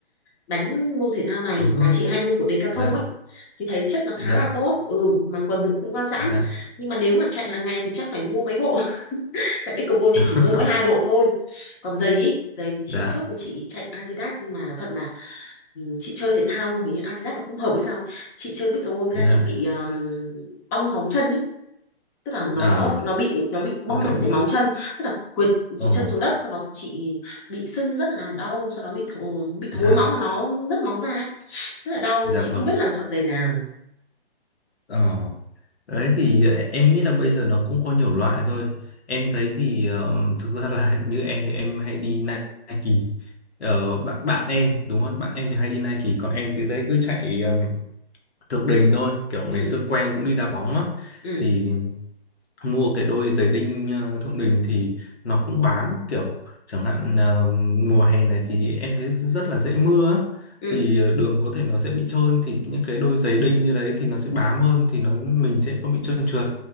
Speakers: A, on the left; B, on the left.
A: đánh môn thể thao này
B: đúng rồi
A: là chị hay mua của Decathlon
B: dạ
A: ấy thì thấy chất nó khá
B: dạ
A: là tốt ừ mà quần thì cũng qua giãn
B: dạ
A: nhưng mà nếu mà chạy hàng ngày thì chắc phải mua mấy bộ <laughs> tại Decathlon
B: <laughs>
A: chị chỉ mua mỗi hai bộ thôi còn giày ý, giày thì chị
B: dạ
A: trước thì chị chạy Adidas nhưng mà nói thật là ừ, chị chơi thể thao thì Adidas nó không hợp với sao chị chơi pickleball với
B: dạ
A: là chị bị um, bong móng chân ấy tức là nó
B: à
A: nó bị nó bị bong
B: cậu
A: hẳn
B: bọn
A: cái móng chân tức là quệt
B: ồ
A: chân xuống đất sau đó thì chị bị sưng rất là đau sau đó bị thối, bị
B: dạ
A: thối móng mà nó nứt móng ra ấy rất là đau
B: dạ
A: chị
B: vâng
A: không biết là chọn giày nào
B: ờ Đấy thì ờ, em nghĩ là bây giờ nó cũng có nhiều loại thôi. Em thấy thì ờm, <laughs> thực ra là <laughs> như em thì em hay đi Ni- Nike. Ờ, bạn bạn em đúng không? Bạn em thì hay đi Nike còn em thì đấy cứ chạy ờm, Thượng Đình thôi. Kiểu ngày
A: ừ
B: xưa quen cũng đi đá bóng á
A: ừ
B: thì mua cái đôi giày đinh ờ, Thượng Đình thì nó cũng bám kiểu chẳng hạn ờ, mùa hè này thì em thấy rất là dễ mưa á.
A: ừ
B: thì ờ, đường có thể nó sẽ bị trơn thì những cái đôi giày đinh như đấy thì nó sẽ bám hơn thì nó mình sẽ không bị trơn trượt